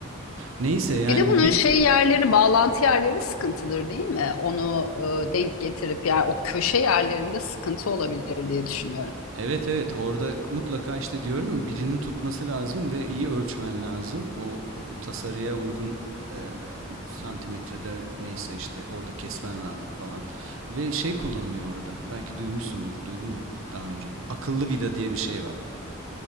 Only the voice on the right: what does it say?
Neyse yani
bir,
Evet evet orada mutlaka işte diyorum ya, birinin tutması lazım ve iyi ölçmen lazım. O e, tasarıya uygun e, santimetrede neyse işte orada kesmen lazım falan. Ve şey kullanılıyor orada. Belki duymuşsundur. Duydu mu daha önce? Bu Akıllı vida diye bir şey var.